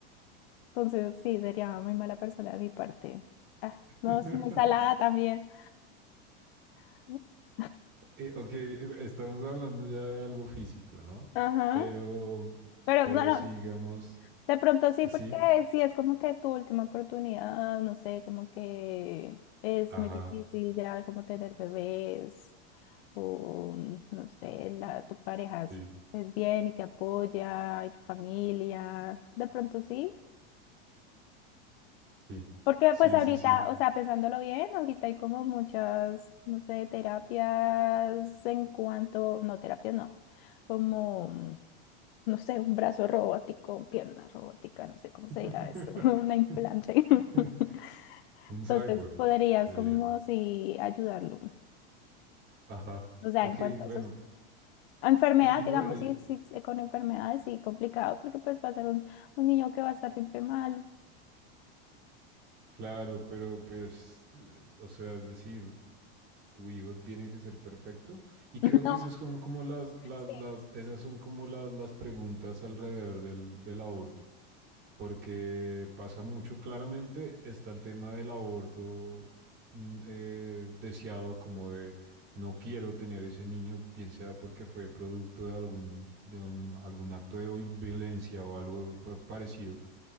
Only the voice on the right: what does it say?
<laughs>
Eh, ok, e, estamos hablando ya de algo físico, ¿no?
Pero,
pero
sí, digamos,
sí,
ajá,
sí,
sí,
sí,
sí, sí.
<laughs>
Un
cyborg
sería.
Ajá.
Ok,
bueno.
Y, y bueno,
yo-
claro, pero pues, eh, o sea, es decir, tu hijo tiene que ser perfecto. Y creo
que esas son como las, las,
las, esas son como las, las preguntas alrededor del, del aborto. porque pasa mucho. Claramente está el tema del aborto mm, eh, deseado, como de no quiero tener ese niño, bien sea porque fue producto de algún, de un- algún acto de vi- violencia o algo pa- parecido.